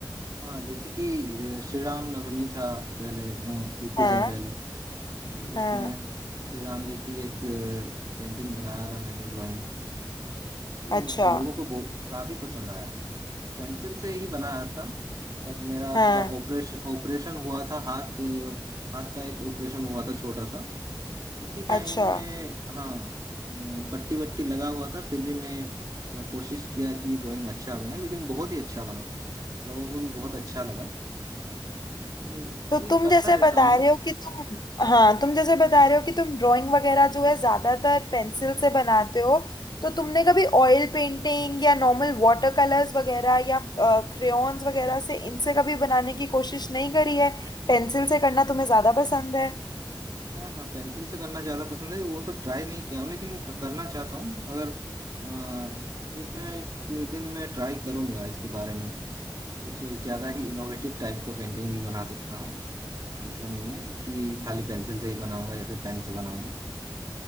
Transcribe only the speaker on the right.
हाँ जैसे कि अ, श्री राम नवमी था पहले अ, ये कुछ
दिन पहले तो
उसमें श्री राम जी की एक पेंटिंग बनाया था मैंने ड्राइंग तो
लोगों को बहुत काफी पसंद आया पेंसिल से ही बनाया था तब मेरा
थोड़ा ऑपरेशन ऑपरेशन हुआ था हाथ अ, हाथ का एक ऑपरेशन हुआ था छोटा सा उसी टाइम
में हाँ म, पट्टी वट्टी लगा हुआ था फिर भी मैं अ, कोशिश किया कि ड्राइंग अच्छा बने लेकिन बहुत ही अच्छा बना लोगों को भी बहुत अच्छा लगा तो
ये
करता
रहता
हूँ मैं
हाँ हाँ पेंसिल से करना ज्यादा पसंद है वो सब ट्राई नहीं किया हूँ लेकिन करना चाहता हूँ अगर अ, एक ना एक दिन मैं ट्राई करूंगा इसके बारे में कुछ ज्यादा ही इनोवेटिव टाइप का पेंटिंग भी बना सकता हूँ वैसा नहीं है कि खाली पेंसिल से ही बनाऊंगा या फिर पेन से बनाऊंगा